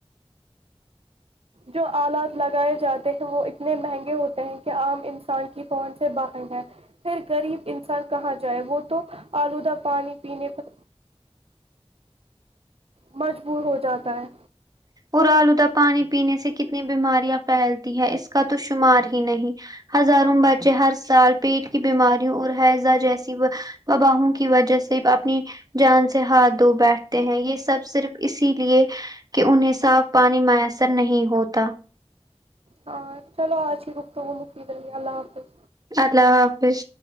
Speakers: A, on the right; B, on the right.
A: جو آلات لگائے جاتے ہیں وہ اتنے مہنگے ہوتے ہیں کہ عام انسان کی پہنچ سے باہر ہے پھر غریب انسان کہاں جائے وہ تو آلودہ پانی پینے پر مجبور ہو جاتا ہے
B: اور آلودہ پانی پینے سے کتنی بیماریاں پھیلتی ہے اس کا تو شمار ہی نہیں ہزاروں بچے ہر سال پیٹ کی بیماریوں اور حیضہ جیسی وباہوں کی وجہ سے اپنی جان سے ہاتھ دھو بیٹھتے ہیں یہ سب صرف اسی لیے کہ انہیں صاف پانی میسر نہیں ہوتا
A: ہاں چلو آج کی گفتگو مفید رہی اللہ حافظ
B: اللہ حافظ